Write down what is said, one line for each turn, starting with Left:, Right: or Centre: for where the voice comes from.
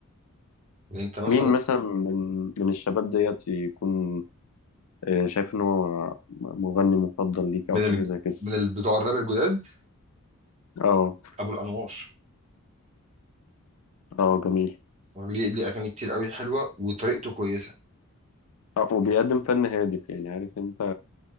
Right: يعني أنت مثلا
Left: مين مثلا من من الشباب ديت يكون آه، شايف ان هو مغني مفضل ليك او
Right: من
Left: حاجه
Right: ال...
Left: زي كده
Right: من ال- بتوع الراب الجداد
Left: اه
Right: أبو الأنوار
Left: اه جميل
Right: ليه ليه أغاني كتير قوي حلوة وطريقته كويسة
Left: آه، وبيقدم فن هادف يعني عارف انت